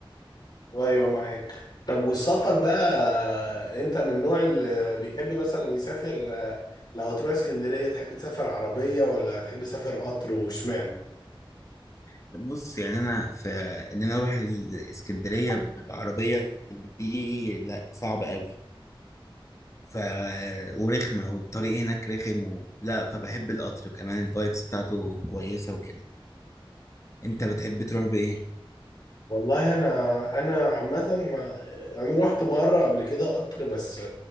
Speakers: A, on the left (about 50°); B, on the left (about 35°).
A: ايوه معاك طب والسفر بقى انت من النوع اللي بيحب مثلا يسافر لو هتروح اسكندريه تحب تسافر عربيه ولا تحب تسافر قطر واشمعنى
B: بص يعني انا في ان انا اروح الاسكندريه بعربيه دي لا صعب قوي ف ورخمه والطريق هناك رخم و... لا فبحب القطر كمان الفايبس بتاعته كويسه وكده انت بتحب تروح بايه
A: والله انا انا عامه ما- انا رحت مره قبل كده قطر بس